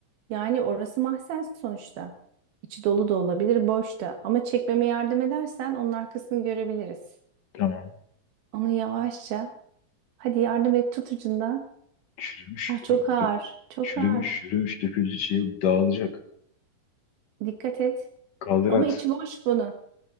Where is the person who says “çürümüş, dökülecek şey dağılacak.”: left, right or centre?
Left